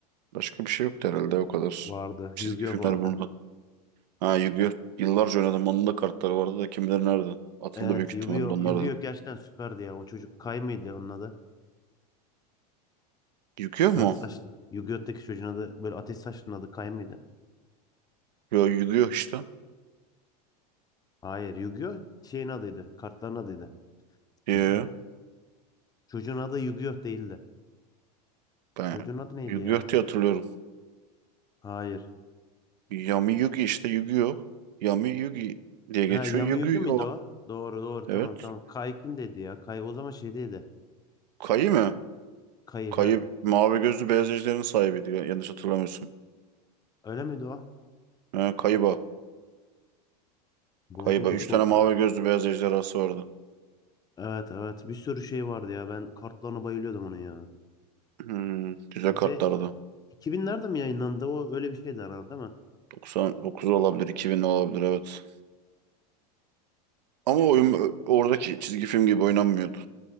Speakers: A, on the right (about 85°); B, on the left (about 20°).
A: Başka bir şey yoktu herhalde o kadar.
B: Vardı.
A: Çizgi
B: Yu-Gi-Oh
A: filmler
B: vardı.
A: bunda. Ha Yu-Gi-Oh! Yıllarca oynadım. Onun da kartları vardı da kim bilir nerede. Atıldı
B: Evet
A: büyük ihtimalle
B: Yu-Gi-Oh!
A: onlardan.
B: Yu-Gi-Oh! gerçekten süperdi ya. O çocuk Kay mıydı onun adı?
A: Yıkıyor
B: Sarı
A: mu?
B: saçlı. Yu-Gi-Oh!'taki çocuğun adı böyle ateş saçlının adı Kay mıydı?
A: Yo yıkıyor işte.
B: Hayır Yu-Gi-Oh! şeyin adıydı. Kartların adıydı.
A: Yo,
B: <clears throat> Çocuğun adı Yu-Gi-Oh! değildi.
A: ben
B: Çocuğun adı neydi
A: yıkıyor
B: ya?
A: diye hatırlıyorum.
B: Hayır.
A: Yami Yugi işte yıkıyor. Yami Yugi diye geçiyor.
B: Ha Yami
A: Yugi
B: Yugi miydi
A: o.
B: o? Doğru doğru tamam
A: Evet.
B: tamam. Kay kim dedi ya? Kay o zaman şeydeydi.
A: Kayı mı?
B: Kayı
A: Kayı
B: ha.
A: mavi gözlü beyaz ejderhanın sahibiydi. ya- Yanlış hatırlamıyorsun.
B: Öyle miydi o?
A: Ha, Kaiba.
B: Boğazım
A: Kaiba.
B: gıcık
A: Üç tane
B: oldu
A: mavi
B: ya.
A: gözlü beyaz ejderhası vardı.
B: Evet evet bir sürü şey vardı ya. Ben kartlarına bayılıyordum onun ya.
A: Hmm, güzel
B: Bir
A: kartlardı.
B: de 2000'lerde mi yayınlandı? O öyle bir şeydi herhalde değil mi?
A: 99 olabilir, 2000 olabilir evet. Ama oyun oradaki çizgi film gibi oynanmıyordu.